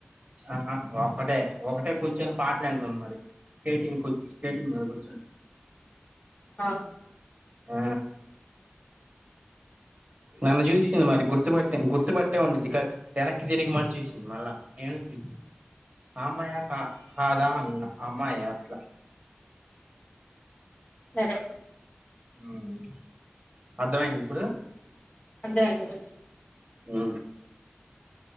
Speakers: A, on the right; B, on the left.
A: ఆహా ఒక్కటే ఒకటే కూర్చొని పాటలిన్టుంది మరి స్కేటింగ్ కు స్కేటింగ్ కూర్చొని
B: అ
A: ఆ నన్ను జూసింది మరి గుర్తుపట్టే గుర్తుపట్టే ఉండిది క ఎనక్కి తిరిగి మరిచూసింది మళ్ళా ఏ ధి ఆ అమ్మయ కా కాదా అన్న ఆ అమ్మాయ అస్ల
B: సరే
A: ఉ అర్థమైంది ఇప్పుడు
B: అర్థంమైంది
A: ఉ